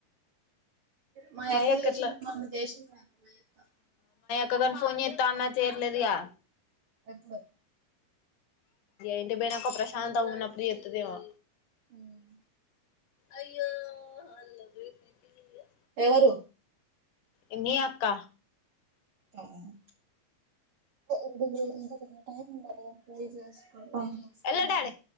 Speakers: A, on the right; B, on the left.
A: మా అక్క
B: యక్క
A: చేసింది
B: ఎట్లా
A: మమ చేసిందిక మా అక్క
B: కదా ఫోన్ చేత్త అన్నది చేయలేదుగా
A: ఎప్పుడు
B: ఇంటికి పోయినాక ప్రశాంతంగా ఉన్నప్పుడు చేత్తదేమో
A: ఉమ్
B: అయ్యో <unintelligible>
A: ఎవరు
B: ఏంది అక్క
A: ఉమ్ ఉ <unintelligible> టైమ్ ఉండాలి కదా అవి చేసుకుని పని చేసుకుని
B: ఎల్ల డాడీ